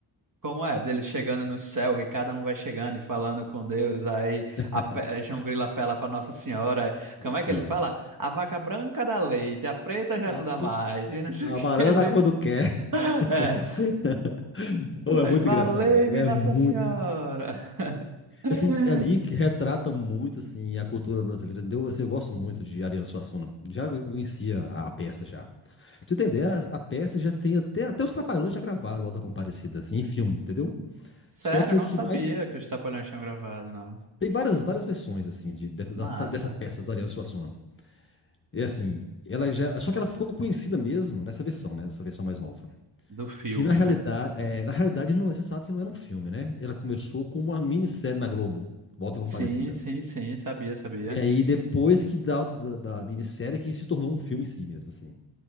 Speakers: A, on the right; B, on the left.
A: como é? Deles chegando no céu, que cada um vai chegando e falando com Deus. Aí
B: <laughs>
A: a, pe- João Grilo apela para Nossa Senhora.
B: nossa
A: Como é
B: senhora.
A: que ele fala? A vaca branca dá leite, a preta já
B: A,
A: não dá mais.
B: put-
A: E não sei
B: a
A: o que.
B: banana
A: <laughs> quer dizer.
B: dá quando quer.
A: É,
B: <laughs> Ô, é
A: aí
B: muito
A: valei-me
B: engraçado, velho. É
A: Nossa
B: muito.
A: Senhora. <laughs>
B: Assim, é ali que retrata muito, assim, a cultura brasileira, entendeu? Assim, eu gosto muito de Ariano Suassuna. Já conhecia a peça, já. Pra você entender, a, a peça já tem até... Até os Trapalhões já gravaram o Auto da Compadecida, assim, em filme, entendeu?
A: Sério,
B: Só que
A: eu não
B: o que
A: sabia
B: mais se... dis-
A: que os Trapalhões tinham gravado, não.
B: Tem várias, várias versões, assim, de, dessa,
A: Massa.
B: dessa dessa peça do Ariano Suassuna. É assim, ela já... Só que ela ficou conhecida mesmo nessa versão, né? Nessa versão mais nova.
A: Do filme,
B: Que, na realidade,
A: né?
B: é, na realidade não, você sabe que não era um filme, né? Ela começou com uma minissérie na Globo, o Auto da
A: Sim,
B: Compadecida.
A: sim, sim, sabia, sabia.
B: E aí, depois que da, da, da minissérie, que se tornou um filme em si mesmo, assim.